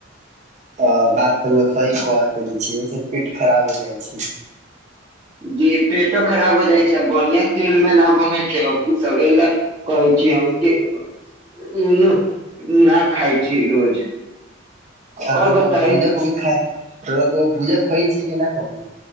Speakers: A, on the right (about 35°); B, on the right (about 20°).
A: अ बात त रउआ सही कहतऽ नहि छ ओहिसँ पेट खराब हो जाइ छै
B: जी पेटो खराब हो जाइ छै आ बढ़िया तेल मे न बुनै छै सब ल कहै छै हम उ न उ न खाय छी रोज
A: आर
B: और
A: र
B: बताई
A: भूजा कभी खाइ र भूजा खइ छै कि नहि क